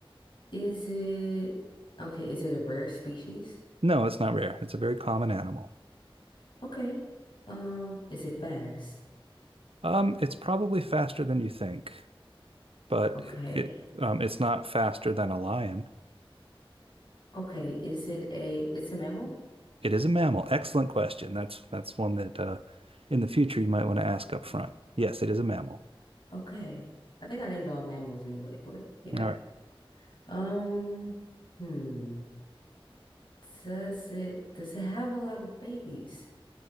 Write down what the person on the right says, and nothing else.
No, it's not rare. It's a very common animal.
Um, it's probably faster than you think. but
it um, it's not faster than a lion.
It is a mammal. Excellent question. That's that's one that uh, in the future you might want to ask up front. Yes, it is a mammal.
All right.